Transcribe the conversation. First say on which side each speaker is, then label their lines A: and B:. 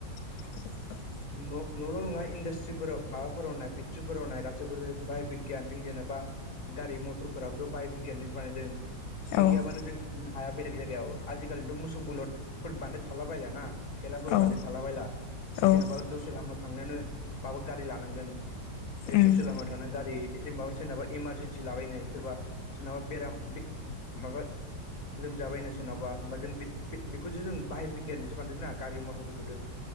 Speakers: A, on the left (about 85°); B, on the left (about 45°).
A: <inaudible>
B: न' न'ल' नङा इन्डास्ट्रिफोराव माबाफोराव नाय फेक्ट्रिफोराव नाय गासैबो बाहाय बिगियान जों जेनेबा गारि मथ'र फोराबोथ' बाय बिगियजोंसो बानायदों। बे
A: औ
B: गैयाबानो जों थांनो हाया बेलेग जायगायाव आजिखालिनिथ' मोसौ बलद फोर बान्दाय थाला बायलाना थेलाफोर
A: औ
B: बान्दाय थाला बायला नों
A: औ
B: जेनेबा दसे लामा थांनोनो माबा गारि लानांगोन ओइ
A: उम
B: ससे लामा थांनानै गारि एसे माबा सोरनाबा इमारजेन्सि लाबायनो सोरबा सोरनाबा बेराम बे माबा लोमजाबायनो सोरनावबा होमबा जों बे-बे-बेखौसो जों बाहाय बिगियानजोंसो बानदों ना गारि मथरफोरखौथ'।